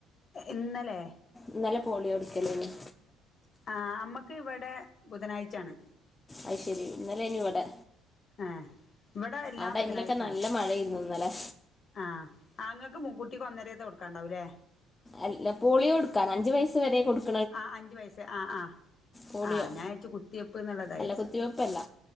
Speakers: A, on the left (about 45°); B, on the left (about 20°).
A: ഇന്നലെ.
B: ഇന്നലെ പോളിയോ കൊടുക്കലേനീ.
A: ആഹ് നമ്മുക്ക് ഇവിടെ ബുധനാഴ്ച്ചയാണ്.
B: അയ്ശെരി ഇന്നലെ അയ്നി ഇവിടെ.
A: ആഹ് ഇവിടെ എല്ലാ
B: ആ ടൈമിലൊക്കെ
A: ബുധനാഴ്ച്ചയാണ്.
B: നല്ല മഴയായിരുന്നു ഇന്നലെ
A: ആഹ് അങ്ങൾക്ക് കുട്ടിക്ക് ഒന്നെരയ്ത്തെ കൊടുക്കാണ്ടാവൂല്ലേ?
B: അല്ല പോളിയോ കൊടുക്കാൻഅഞ്ച് വയസ്സ് വരെ കൊടുക്കാം.
A: ആഹ് അഞ്ചു വയസ്സ് ആഹ് ആഹ്
B: പോളിയോ
A: ആഹ് ഞാൻ വിചാരിച്ചു കുത്തിവയ്പ്പ് എന്നുള്ളതാ
B: അല്ല
A: വിചാരിച്ചു.
B: കുത്തിവെപ്പല്ല